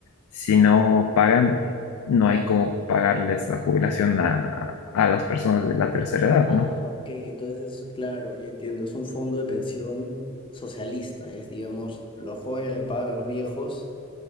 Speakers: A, on the left (about 85°); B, on the left (about 25°).
A: si no pagan, no hay cómo pagarles la jubilación a, a las personas de la tercera edad,
B: Ah,
A: ¿no?
B: ok, entonces, claro, ya entiendo, es un fondo de pensión socialista, es, digamos, los jóvenes le pagan a los viejos